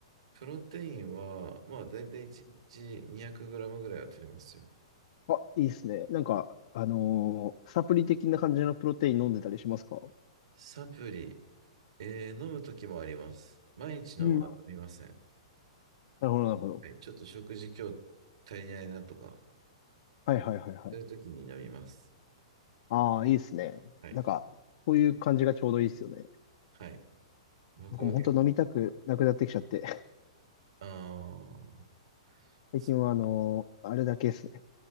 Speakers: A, on the right; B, on the left.
A: プロテインは、まあ大体1日2 0 0ムぐらいは取りますよ。
B: あ、いいですね。なんか、あのーサプリ的な感じのプロテイン飲んでたりしますか
A: サプリ、えー飲むときもあります。毎日のは飲みません。
B: うん。なるほど、なるほど。
A: はい、ちょっと食事今日足りないなとか、
B: はいはいはいはい。
A: そういうときに飲みます。
B: ああ、いいですね。
A: はい。
B: なんか、そういう感じがちょうどいいですよね。
A: はい。僕はけ、
B: 僕も本当飲みたくなくなってきちゃって。<laughs>
A: あー
B: 最近はあのーあれだけですね。
A: そ